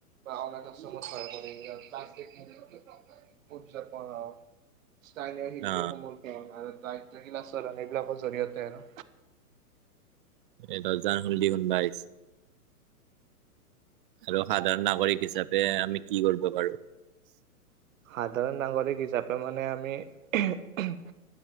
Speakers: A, on the right (about 55°); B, on the right (about 35°).
A: বা অনাথ আশ্ৰমত সহায় কৰে ইয়াৰ <unintelligible> উদযাপন হওক। স্থানীয় শিল্পীসমূহ
B: অ
A: <unintelligible> আৰু দায়িত্বশীল আচৰণ এইবিলাকৰ জৰিয়তে আৰু
B: এটা যা <unintelligible> আৰু সাধাৰণ নাগৰিক হিচাপে আমি কি কৰিব পাৰো।
A: সাধাৰণ নাগৰিক হিচাপে মানে আমি <unintelligible>